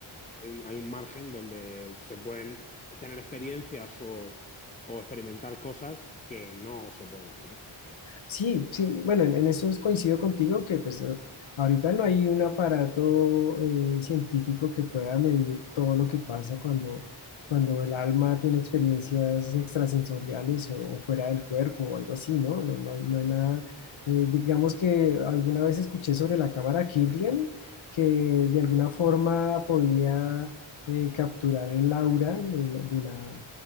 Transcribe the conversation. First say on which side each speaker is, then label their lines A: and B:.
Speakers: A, on the left (about 15°); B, on the left (about 70°).
A: hay un, hay un margen donde se pueden tener experiencias o, o experimentar cosas que no se pueden explicar.
B: Sí, sí, bueno, en, en eso coincido contigo que pues eh, ahorita no hay un aparato eh, científico que pueda medir todo lo que pasa cuando, cuando el alma tiene experiencias extrasensoriales o, o fuera del cuerpo o algo así, ¿no? No, no hay, no hay nada. eh, digamos que alguna vez escuché sobre la cámara Kirlian que de alguna forma podía eh, capturar el aura de la, de la